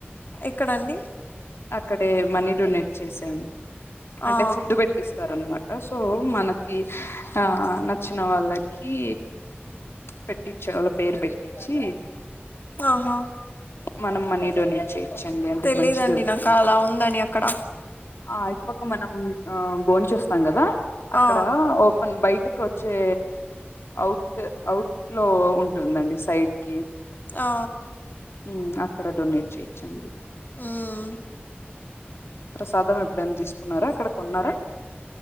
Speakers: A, on the left; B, on the left.
A: ఎక్కడండి
B: అక్కడే మనీ డొనేట్ చేసాం
A: ఆ
B: అంటే ఫుడ్ పెట్టేస్తా స్తరన్నమాట సో మనకి ఆ నచ్చిన వాళ్ళకి పెట్టించ్చే వాళ్ళ పేరు పెట్టించి
A: ఆహా
B: మనం మనీ డొనేట్ చేయోచ్చండి అంటే
A: తెలీదండి
B: మంచి జరుగుతుంది
A: నాకు అలా ఉందని అక్కడ
B: ఆ ఇటుపక్క మనం ఆ బోన్ంచి వస్తాం కదా అక్కడ
A: ఆ
B: ఓ ను బయటకు వచ్చే అవుట్ అవుట్ లో ఉంటుందండి సైడ్ కి
A: ఆ
B: మ్ అక్కడ డొనేట్ చేయోచండి
A: మ్
B: ప్రసాదం ఎప్పుడైనా తీసుకున్నారా అక్కడకి కొన్నారా